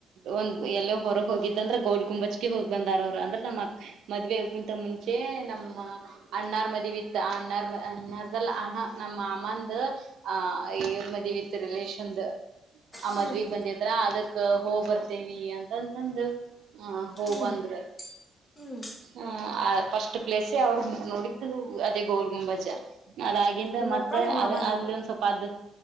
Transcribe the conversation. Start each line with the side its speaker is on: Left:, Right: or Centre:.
Right: ಒ ಎಲ್ಲೋ ಹೊರಗೆ ಹೋಗಿದ್ದಂದ್ರೆ ಗೋಲ್ ಕುಂಬಚ್ಕ ಹೋಗ್ ಬಂದಾರ ಅವರು ಅಂದ್ರೆ ನಮ್ಮ ಮದ್ವೆಗಿಂತ ಮುಂಚೆ ನಮ್ಮ ಅನ್ನಾರ್ ಮದವಿತ್ತು ಅನ್ನಾರ್ ಅನ್ನಾರಲ್ಲ ನಮ್ಮ ಅಮ್ಮ ಹ ಈ ಉಮ್ಮ ದ ವಿತ್ರಿಲಷಂದು ಆ
Left: ಹ್ಮ್
Right: ಮದ್ವಿಗ್ ಬಂದಿದ್ರ ಅದಕ್ ಹೋ್ ಬರ್ತೇವಿ ಅಂತಂತಂದ ಹ ಹೋ
Left: ಹ್ಮ್
Right: ಬಂದ್ರೆ
Left: ಹ್ಮ್
Right: ಹ ಫಸ್ಟ್ ಪ್ಲೇಸ ಅವ್ರ ನೋಡಿದ್ದು ಅದೇ ಗೋಲ್ ಗುಂಬಜ ಅದಾಗಿಂದ
Left: ನಿಮ್ಮ
Right: ಮತ್ತ
Left: ಅಕ್ಕರೆ ಮಾಮನ
Right: ಅದ ಅಲ್ಲಿ ಒಂದ ಸ್ವಲ್ಪ ಅದು